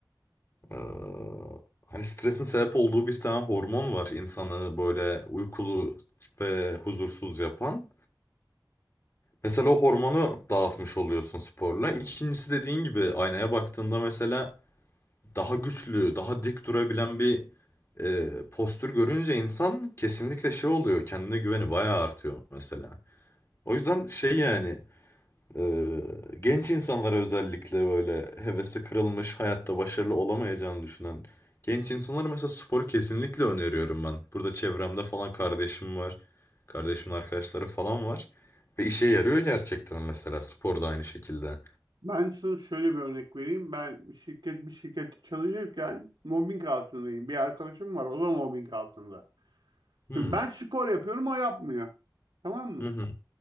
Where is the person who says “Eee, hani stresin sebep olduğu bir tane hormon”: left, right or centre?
Left